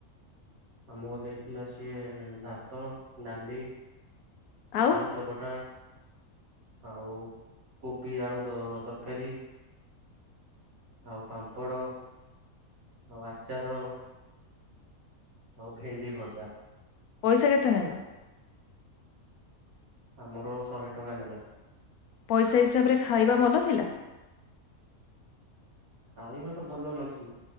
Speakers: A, on the right; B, on the left.
A: ଆମକୁ ଦେଇଥିଲା ସିଏ ଭାତ ଡାଲି
B: ଆଉ
A: ଆଳୁ ଚକଟା ଆଉ କୋବି ଆଳୁ ତ ତରକାରୀ ଆଉ ପାମ୍ପଡ଼ ଆଉ ଆଚାର ଆଉ ଭିଣ୍ଡି ଭଜା।
B: ପଇସା କେତେ ନେଲା?
A: ଆମର ଶହେ ଟଙ୍କା ନେଲା।
B: ପଇସା ହିସାବ ରେ ଖାଇବା ଭଲ ଥିଲା?
A: ଖାଇବ ତ ଭଲ ମାଛ ନା।